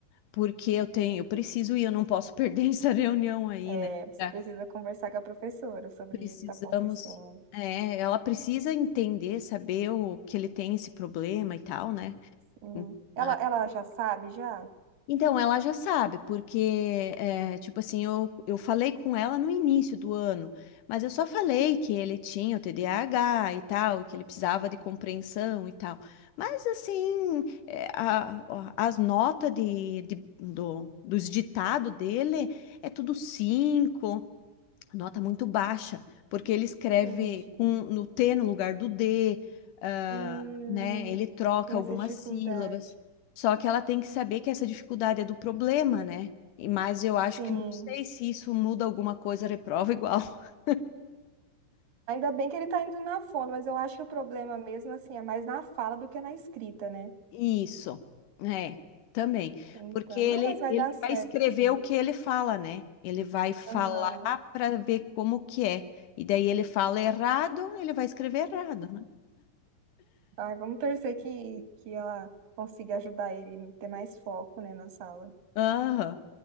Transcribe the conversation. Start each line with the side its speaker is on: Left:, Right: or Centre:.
Left: porque eu tenho, eu preciso ir, eu não posso perder <laughs> essa reunião aí,
Right: É,
Left: né?
Right: você
Left: Tá.
Right: precisa conversar com a professora sobre
Left: Precisamos,
Right: o que está acontecendo.
Left: é, ela precisa entender, saber o que ele tem esse problema e tal, né?
Right: Sim.
Left: Hum.
Right: Ela,
Left: Ah.
Right: ela já sabe, já?
Left: Então, ela já sabe, porque, é, tipo assim, eu, eu falei com ela no início do ano, mas eu só falei que ele tinha o TDAH e tal, e que ele precisava de compreensão e tal. Mas, assim, é, a- ó, as notas de, de- do- dos ditados dele é tudo cinco nota muito baixa, porque ele escreve
Right: Entendi.
Left: com, no T no lugar do D, ah,
Right: Hum,
Left: né? Ele troca
Right: tem
Left: algumas
Right: essa dificuldade.
Left: sílabas. Só que ela tem que saber que essa dificuldade é do problema, né? E- Mas eu acho
Right: Sim.
Left: que não sei se isso muda alguma coisa, reprova igual. <laughs>
Right: Ainda bem que ele está indo na fono, mas eu acho que o problema mesmo, assim, é mais na fala do que na escrita, né?
Left: Isso, é, também.
Right: Então,
Left: Porque ele,
Right: não, mas vai
Left: ele
Right: dar certo,
Left: vai escrever
Right: sim.
Left: o que ele fala, né? Ele vai falar
Right: Aham.
Left: para ver como que é. E daí ele fala errado, ele vai escrever errado, né?
Right: Ai, vamos torcer que, que ela consiga ajudar ele a ter mais foco, né, na sala.
Left: Aham.